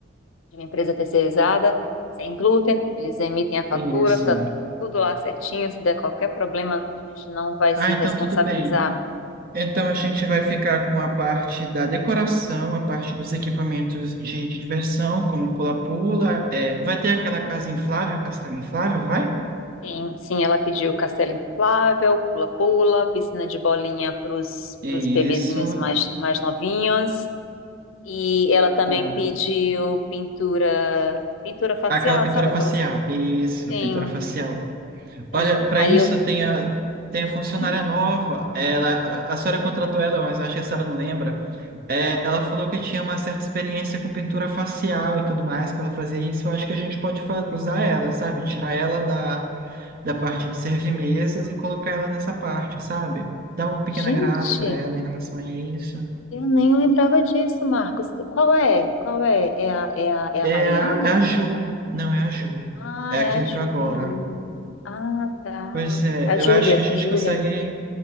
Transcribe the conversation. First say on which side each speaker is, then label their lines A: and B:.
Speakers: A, on the left; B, on the right.
A: de uma empresa terceirizada, sem glúten, eles emitem a fatura,
B: Isso.
A: tá tudo lá certinho, se der qualquer problema, a gente não vai
B: Ah,
A: se
B: então
A: responsabilizar.
B: tudo bem. Então a gente vai ficar com a parte da decoração, a parte dos equipamentos de, de diversão, como pula-pula. é, vai ter aquela casa inflável, castelo inflável, vai?
A: Tem, sim, ela pediu castelo inflável, pula-pula, piscina de bolinha para os
B: Isso,
A: bebezinhos mais, mais novinhos. E ela também
B: tá.
A: pediu pintura, pintura facial,
B: Aquela pintura
A: sabe
B: facial.
A: aquelas?
B: Isso,
A: Tem,
B: pintura facial.
A: tem.
B: Olha, para
A: Aí
B: isso
A: eu,
B: tem a, tem a funcionária
A: uhum.
B: nova. Ela, a, a senhora contratou ela, mas acho que a senhora não lembra. É, ela falou que tinha uma certa experiência com pintura facial e tudo mais, que ela fazia isso. Eu acho que a gente pode fa- usar ela, sabe? Tirar ela da, da parte de servir mesas e colocar ela nessa parte, sabe? Dar um pequeno
A: Gente,
B: agrado para ela em relação a isso.
A: eu nem lembrava disso, Marcos. Qual é? Qual é? É a, é a, é
B: É
A: a Mariana?
B: a, é a Ju. Não, é a Ju.
A: Ah,
B: É a
A: é
B: que
A: a
B: entrou
A: Juliana.
B: agora.
A: Ah, tá.
B: Pois é,
A: A
B: eu
A: Júlia,
B: acho que a gente
A: a Júlia.
B: consegue